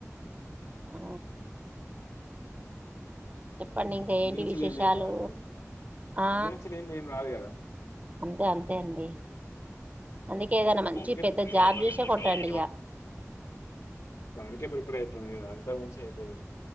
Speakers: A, on the right; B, on the left.
A: ఆ చెప్పండి ఇంకా
B: ముందు
A: ఏంటి
B: నుంచి
A: విశేషాలు
B: లేనిది ఏం రాదు కదా
A: ఆ
B: ముందు నుంచి లేనిది ఏం రాదు కదా
A: అంతే అంతే అండి అందుకే ఏదైనా మంచి
B: కే
A: పెద్ద
B: ఇ
A: జాబ్
B: వళ
A: చూసే
B: మతం
A: కొట్టండి
B: కవచ్చట్ం
A: ఇక
B: అనకే ప్రిపేర్ అయిత అంత ముంచియదు